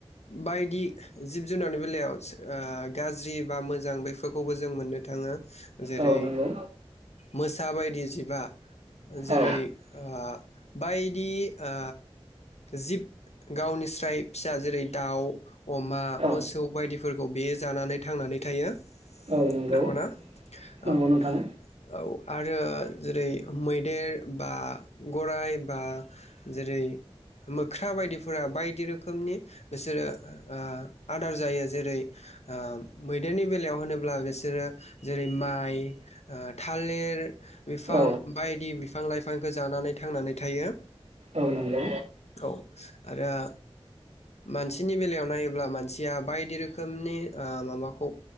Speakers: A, on the left; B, on the right.
A: बायदि जिब जुनारनि बेलायाव सो ओ गाज्रि बा मोजां बैफोरखौबो जों मोननो थाङो। जेरै
B: औ नंगौ
A: मोसा बायदि जिबआ जेरै
B: औ
A: ओ बायदि ओ जिब गावनिस्राय फिसा जेरै दाउ अमा
B: औ
A: मोसौ बायदिफोरखौ बेयो जानानै थांनानै थायो
B: नंगौ
A: नोंगौ ना?
B: नंगौ
A: औ,
B: नोंथां
A: औ आरो जेरै मैदेर बा गराइ बा जेरै मोख्रा बायदिफोरा बायदि रोखोमनि बिसोरो ओ आदार जायो जेरै ओ मैदेरनि बेलायाव होनोब्ला बेसोरो जेरै माइ ओ थालिर बिफां
B: औ
A: बायदि बिफां लाइफांखौ जानानै थांनानै थायो
B: औ नंगौ
A: औ आरो मानसिनि बेलायाव नायोब्ला मानसिया बायदि रोखोमनि ओ मामाखौ